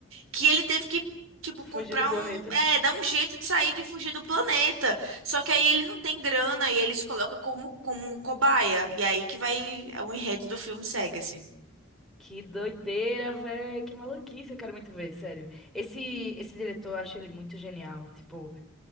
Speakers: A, on the right; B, in the centre.
A: que ele teve que, tipo,
B: Fugir
A: comprar
B: do planeta.
A: um,
B: <laughs>
A: é, dar um jeito de sair de fugir do planeta. Só que aí ele não tem grana e ele se coloca como, como um cobaia. E aí que vai, é, o enredo do filme segue, assim.
B: Que doideira, véi. Que maluquice, eu quero muito ver, sério. Esse, esse diretor, eu acho ele muito genial. Tipo,